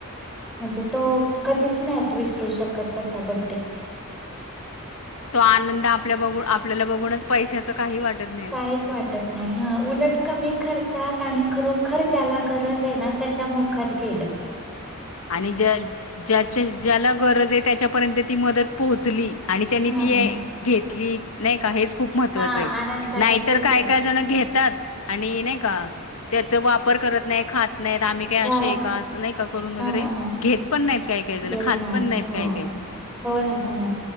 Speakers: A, in the centre; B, on the left.
A: म्हणजे तो कधीच नाहीत विसरू शकत तसा बर्थडे.
B: तो आनंद आपल्या बघून आपल्याला बघूनच पैशाचं काही वाटत. नाही
A: काहीच वाटत नाही ह उलट कमी खर्च आणि खरोखर ज्याला गरज आहे ना त्याच्या मोखात गेलं.
B: आणि ज्या ज्याच्या ज्याला गरज आहे त्याच्यापर्यंत ती मदत पोहोचली. आणि त्यांनी
A: हा
B: ती घेतली नाही का हेच, खूप महत्वाचं
A: हा
B: आहे
A: आनंदाने
B: नाहीतर
A: स्वीकारलं
B: काय काय जण घेतात, आणि नाही का त्याचा वापर करत नाही खात नाहीत आम्ही काही
A: हा
B: असे का नाही का करून वगैरे,
A: हा
B: घेत पण नाहीत काय काय जण
A: घेत
B: खात पण नाहीत
A: हो
B: काय काय जन.
A: हो ना हो ना